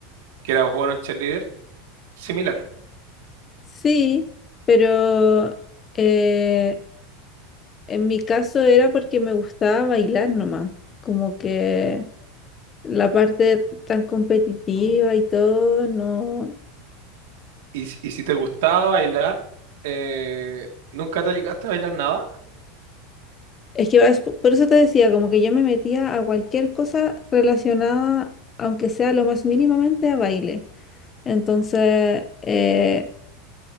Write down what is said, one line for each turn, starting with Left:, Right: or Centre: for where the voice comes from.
Right: que era bueno en cheerleader, similar.
Left: Sí, pero eh, En mi caso era porque me gustaba bailar nomás, como que la parte tan competitiva
Right: Mm.
Left: y todo, no.
Right: Y, si- y si te gustaba bailar, eh, ¿nunca te dedicaste a bailar nada?
Left: Es que es po- por eso te decía, como que yo me metía a cualquier cosa relacionada, aunque sea lo más mínimamente, a baile. Entonces, eh,